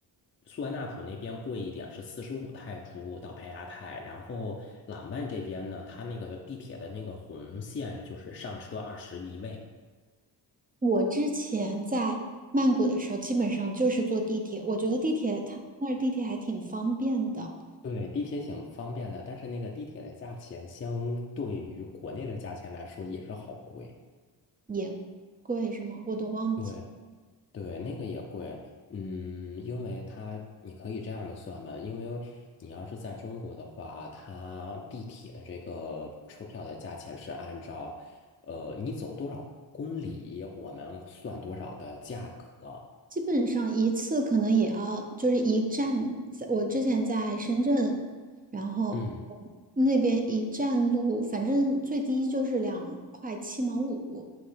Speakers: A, on the left; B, on the right.
A: 苏万那普那边贵一点，是四十五泰铢到帕亚泰，然后朗曼这边呢，它那个地铁的那个红线就是上车二十一位。
B: 我之前在曼谷的时候，基本上就是坐地铁，我觉得地铁它那儿地铁还挺方便的，
A: 对，地铁挺方便的，但是那个地铁的价钱相对于国内的价钱来说也是好贵。
B: 也贵是吗？我都忘记。
A: 对对，那个也贵。嗯，因为它你可以这样的算嘛，因为你要是在中国的话，它地铁的这个车票的价钱是按照呃你走多少公里，我们算多少的价格。
B: 基本上一次可能也要就是一站，在我之前在深圳，然后
A: 嗯。
B: 那边一站路，反正最低就是两块七毛五。